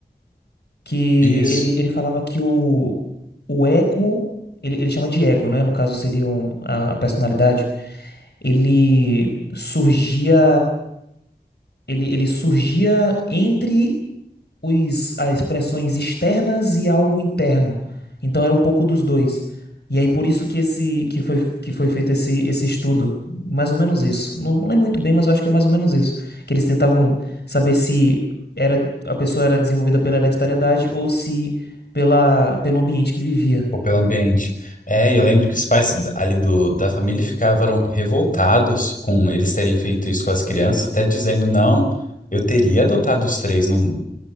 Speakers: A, on the left; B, on the left.
A: que
B: Isso.
A: ele, ele falava que o, o ego, ele, ele chama de ego, né? No caso seria um- a a personalidade, ele surgia Ele, ele surgia entre os, as expressões externas e algo interno. Então era um pouco dos dois. E aí por isso que esse que foi, que foi feito esse, esse estudo. Mais ou menos isso. Não, não lembro muito bem, mas eu acho que é mais ou menos isso. Que eles tentavam saber se era, a pessoa era desenvolvida pela hereditariedade ou se pela, pelo ambiente que vivia.
B: Ou pelo ambiente. É, eu lembro que os pais ali do, da família ficavam revoltados com eles terem feito isso com as crianças, até dizendo, não, eu teria adotado os três, não...